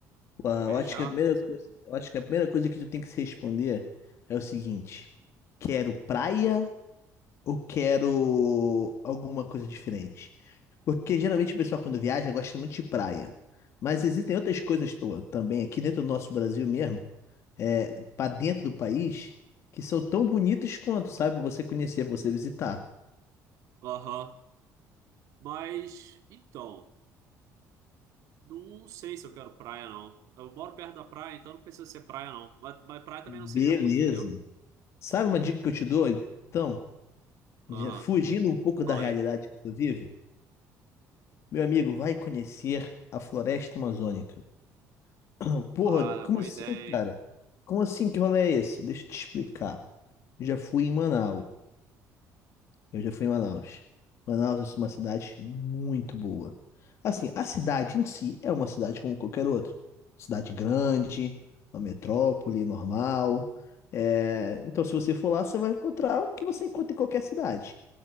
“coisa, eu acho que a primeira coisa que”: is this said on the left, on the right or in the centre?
Left